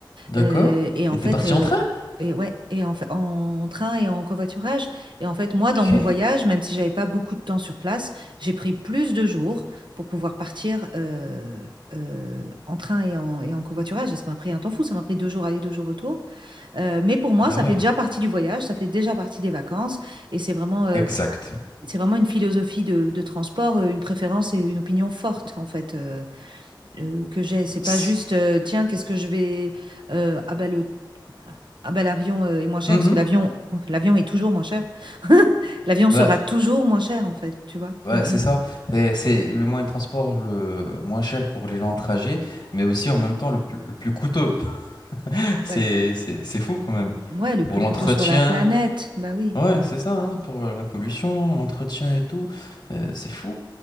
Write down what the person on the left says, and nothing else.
d'accord.
Et
t'es parti
en train?
Ok.
Ah
ouais.
Exact.
S-
Mhm.
Ouais,
ouais,
c'est
ça. C'est c'est le moyen de transport le moins cher pour les gens de trajet, mais aussi en même temps le, plus le plus coûteux. <laughs> C'est
c'est- c'est fou quand même.
Pour l'entretien.
Ouais, c'est ça, hein, pour euh, la pollution, l'entretien et tout, euh, c'est fou.